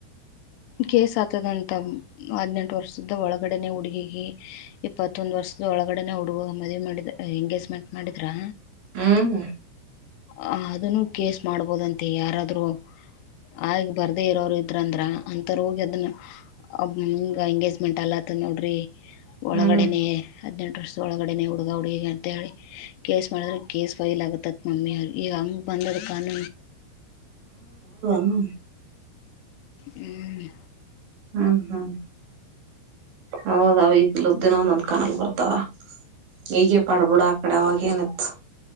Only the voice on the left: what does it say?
ಕೇಸ್ ಆತದಂತ ಹದ್ನೆಂಟು ವರ್ಷದ್ದ ಒಳಗಡೆನೆ ಹುಡುಗಿಗೆ ಇಪ್ಪ ಇಪ್ಪತ್ತೊಂದ್ ವರ್ಷದ ಒಳಗಡೆನೆ ಹುಡುಗ ಮದ್ವಿ ಮಾಡಿದ ಎಂಗೇಜ್ಮೆಂಟ್ ಮಾಡಿದ್ರಾ.
ಆ ಅದನ್ನು ಕೇಸ್ ಮಾಡ್ಬೋದಂತೆ ಯಾರಾದ್ರೂ. ಆಗ್ ಬರ್ದೇ ಇರೋರು ಇದ್ರ ಅಂದ್ರ ಅಂತಾರ ಹೋಗಿ ಅದನ್ನ ಹಿಂಗ ಎಂಗೇಜ್ಮೆಂಟ್ ಅಲ್ಲ. <unintelligible> ಮ ನೋಡ್ರಿ ಒಳಗಡೆನೆ
ಅದ್- <unintelligible> ಒಳಗಡೆ ಹುಡುಗ ಹುಡುಗ ಅಂತ ಹೇಳಿ ಕೇಸ್ ಮಾಡಿದ್ರೆ ಕೇಸ್ ಫೈಲ್ ಆಗತ್ತತ್ ಮಮ್ಮಿ ಈಗ ಹಂಗ ಬಂದದ್ ಕಾನ
ಹ್ಮ್